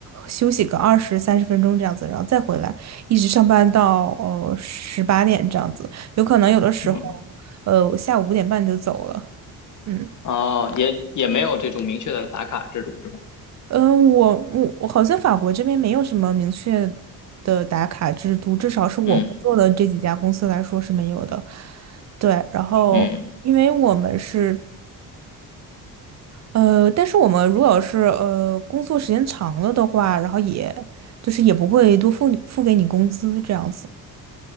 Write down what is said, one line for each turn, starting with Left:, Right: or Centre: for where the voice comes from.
Right: 休息个二十三十分钟这样子，然后再回来。一直上班到呃十八点这样子，有可能有的时候，
Left: 嗯，
Right: 呃，我下午五点半就走了。嗯
Left: 哦，也也没有这种明确的打卡制度是吧？
Right: 嗯，呃我我我好像法国这边没有什么明确的打卡制度，至少是我工作的这几家公司来说是没有的。
Left: 嗯
Right: 对，然后因为我们是
Left: 嗯，
Right: 呃，但是我们如果是呃工作时间长了的话，然后也就是也不会多付付给你工资这样子。